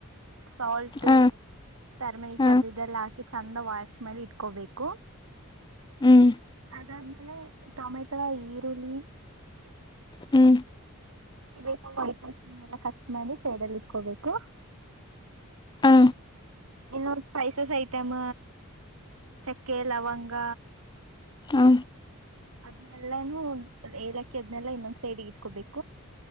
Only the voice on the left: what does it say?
ಹ
ಹ
ಹ್ಮ್
ಹ್ಮ್
ಹ
ಹ